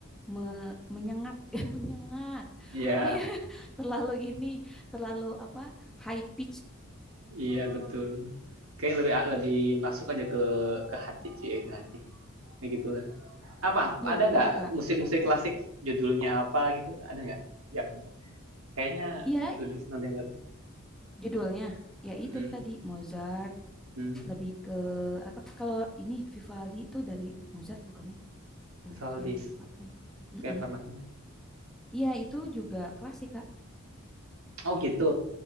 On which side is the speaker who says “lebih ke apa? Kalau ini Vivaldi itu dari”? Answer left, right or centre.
Centre